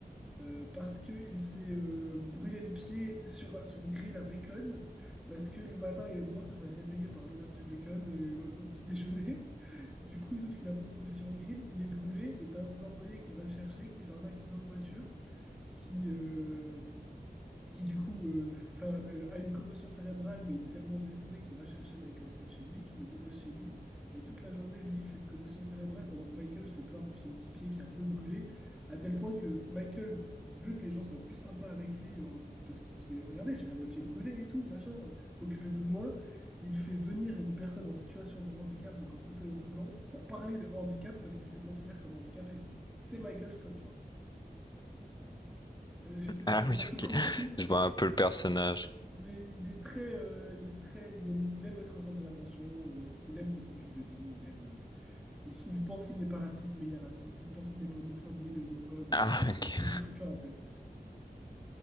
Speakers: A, in the centre; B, on the left.
A: Euh, parce qu'il s'est euh, brûlé le pied sur son grill à bacon, parce que le matin, il aime bien se faire réveiller par l'odeur du bacon euh, au petit déjeuner. <laughs> Du coup, sauf qu'il a posé son pied sur le grill, il est brûlé, et t'as un de ses employés qui va le chercher, qui fait un accident de voiture, qui, euh, qui du coup euh, enfin, euh, a une commotion cérébrale, mais il est tellement dévoué qu'il va chercher Michael Scott chez lui, qu'il le dépose chez lui. Et toute la journée, lui, il fait une commotion cérébrale pendant que Michael se plaint pour son petit pied qui est un peu brûlé, à tel point que Michael veut que les gens soient plus sympas avec lui, en- parce qu'il dit, mais regardez, j'ai quand même le pied brûlé et tout, machin, euh, occupez-vous de moi. Il fait venir une personne en situation de handicap, donc en fauteuil roulant, pour parler de handicap, parce qu'il se considère comme handicapé. C'est Michael Scott, genre. Euh, je sais pas
B: Ah
A: si
B: oui,
A: t'as tout
B: ok.
A: compris.
B: Je vois un peu le personnage.
A: Mais il est très, euh, il est très, il aime, il aime être au centre de l'attention. euh, il aime qu'on s'occupe de lui. Il aime, euh, il, s- il pense qu'il n'est pas raciste, mais il est raciste. Il pense qu'il n'est pas homophobe, mais il est homophobe.
B: Ah,
A: Enfin, ouais, c'est
B: ok,
A: tous ces trucs-là en fait.